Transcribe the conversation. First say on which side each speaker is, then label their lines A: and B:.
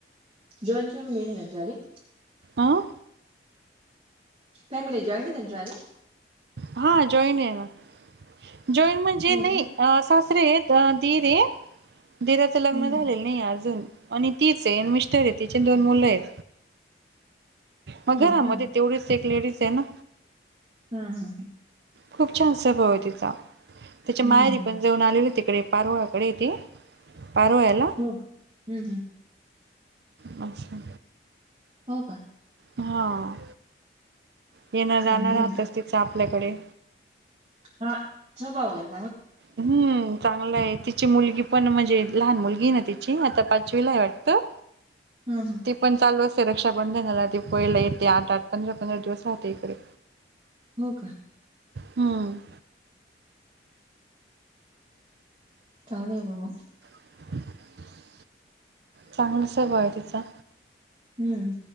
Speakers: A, on the right; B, on the right.
A: जॉईंट फॅमिली ए ना तुझ्यावाली?
B: आं?
A: फॅमिली जॉइंट त्यांच्यात.
B: हा जॉईन आहे ना जॉईन म्हणजे
A: हो
B: नाही
A: का
B: सासरे आहेत. तर दिरे दिराचं लग्न
A: हम्म हम्म
B: झालेल. नाही अजून आणि तीच आहे मिस्टर आहे तिचे दोन मुलं आहेत. मग घरामध्ये
A: हो का
B: तेवढीच एक लेडीज आहे ना.
A: हा हा हा
B: खूप छान स्वभाव तिचा त्याच्या मायरी
A: हम्म हम्म
B: पण जाऊन आलेले तिकडे पारोळ्याकडे तेे पारोळ्याला
A: हो हम्म हम्म
B: अच्छा!
A: हो का.
B: हा येणं जाणं
A: चांगली
B: राहतच
A: मग
B: तिचं आपल्याकडे.
A: हा जाउ आपण.
B: हम्म चांगला आहे तिची मुलगी पण म्हणजे लहान मुलगी ना ति ची हां तर पाचवीला वाटतं.
A: हा हा
B: ती पण चालू असते रक्षाबंधनाला ती दिपवाळीला येते आठ आठ पंधरा पंधरा दिवस राहते इकडे.
A: हो का
B: हम्म
A: चांले बाबा मग.
B: <inaudible> चांगलं स्वभाव आहे तिचा.
A: हम्म